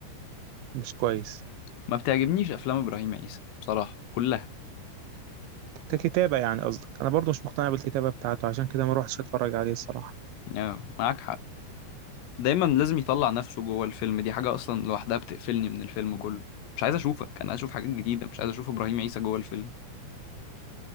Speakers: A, on the right; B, on the left.
A: مش كويس
B: ما بتعجبنيش افلام ابراهيم عيسى بصراحه كلها
A: ككتابة يعني قصدك أنا برضو مش مقتنع بالكتابة بتاعته عشان كده ما روحتش أتفرج عليه الصراحة
B: آه، معاك حق دايما لازم يطلع نفسه جوه الفيلم دي حاجه اصلا لوحدها بتقفلني من الفيلم كله مش عايز اشوفك انا عايز اشوف حاجات جديده مش عايز اشوف ابراهيم عيسى جوه الفيلم